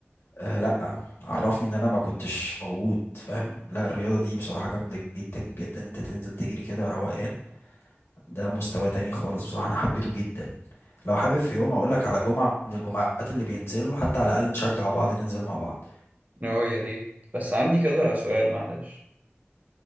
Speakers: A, on the left; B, on the right.
A: آه لا عرفني ان انا ما كنتش موجود فاهم لا الرياضة دي بصراحة جامدة جدا جدا انت تنزل تجري كده روقان ده مستوى تاني خالص بصراحة أنا حبيته جدا لو حابب في يوم أقول لك على جمعة من الجمعات اللي بينزلوا حتى على الأقل نشجع بعض ننزل مع بعض
B: اه يا ريت بس عندي كذا سؤال معلش